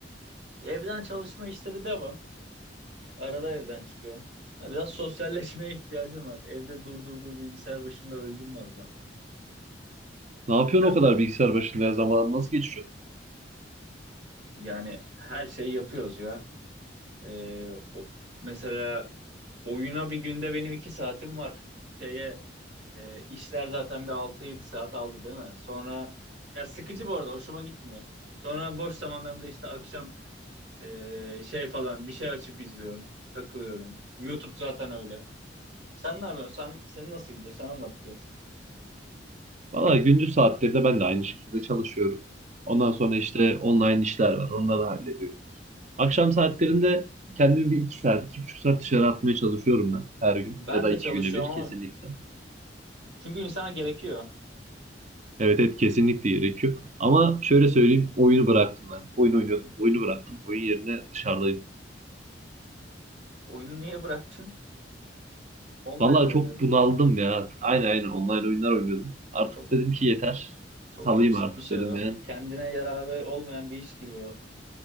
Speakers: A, on the right (about 70°); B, on the right (about 40°).
A: evden çalışma işleri devam. Arada evden çıkıyorum. Ya Biraz sosyalleşmeye ihtiyacım var. Evde dur dur dur bilgisayar başında öldüm valla.
B: Ne yapıyorsun
A: Sen-
B: o kadar bilgisayar başında ya? Zaman nasıl geçiyor?
A: Yani her şeyi yapıyoruz ya. Ee, o- mesela oyuna bir günde benim iki saatim var. Şeye E, işler zaten bir altı yedi saat aldı değil mi? Sonra ya sıkıcı bu arada hoşuma gitmiyor. Sonra boş zamanlarımda işte akşam e, şey falan bir şey açıp izliyorum. Takılıyorum. YouTube zaten öyle. Sen ne yapıyorsun? Sen, senin nasıl gidiyor? Sen anlat biraz.
B: Valla gündüz saatlerinde ben de aynı şekilde çalışıyorum. Ondan sonra işte online işler var. Onları hallediyoruz. Akşam saatlerinde kendimi bir 2 saat, iki buçuk saat dışarı atmaya çalışıyorum ben her gün.
A: Ben
B: Ya da
A: de
B: 2
A: çalışıyorum
B: güne bir kesinlikle.
A: ama çünkü insana gerekiyor.
B: Evet evet kesinlikle gerekiyor. Ama şöyle söyleyeyim oyunu bıraktım ben. Oyun oynuyordum. Oyunu bıraktım. Oyun yerine dışarıdayım.
A: Oyunu niye bıraktın? Online
B: Vallahi
A: mi oynuyordun?
B: çok bunaldım ya. Aynen aynen online oyunlar oynuyordum. Artık
A: Çok
B: dedim ki yeter.
A: çok
B: Salayım
A: toksik
B: artık
A: bir şey
B: dedim
A: o.
B: yani.
A: Kendine yararı olmayan bir iş gibi o.